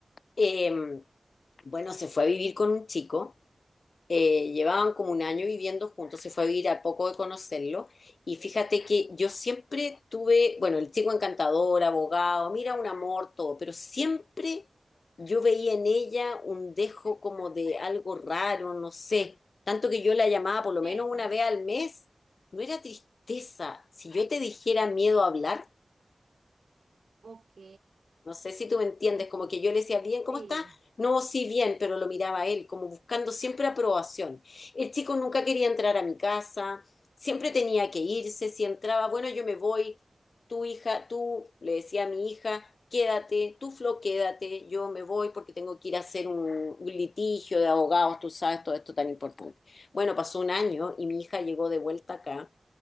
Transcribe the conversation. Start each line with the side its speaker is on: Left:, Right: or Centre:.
Left: eh, bueno, se fue a vivir con un chico eh, llevaban como un año
Right: Mm.
Left: viviendo juntos, se fue a vivir a poco de conocerlo. Y fíjate que yo siempre tuve, bueno, el chico encantador, abogado, mira, un amor, todo, pero siempre yo veía en ella un dejo como de algo raro, no sé. Tanto que yo la llamaba
Right: Tristeza.
Left: por lo menos una vez al mes, no era tristeza. Si yo te dijera miedo a hablar,
Right: Ok,
Left: no sé si tú me entiendes,
Right: ok.
Left: como que yo le decía, bien, ¿cómo
Right: Sí.
Left: está? No, sí, bien, pero lo miraba a él, como buscando siempre aprobación. El chico nunca quería entrar a mi casa, siempre tenía que irse, si entraba, bueno, yo me voy, tu hija, tú, le decía a mi hija, quédate, tú, Flo, quédate, yo me voy porque tengo que ir a hacer un, un litigio de abogados, tú sabes, todo esto tan importante. Bueno, pasó un año y mi hija llegó de vuelta acá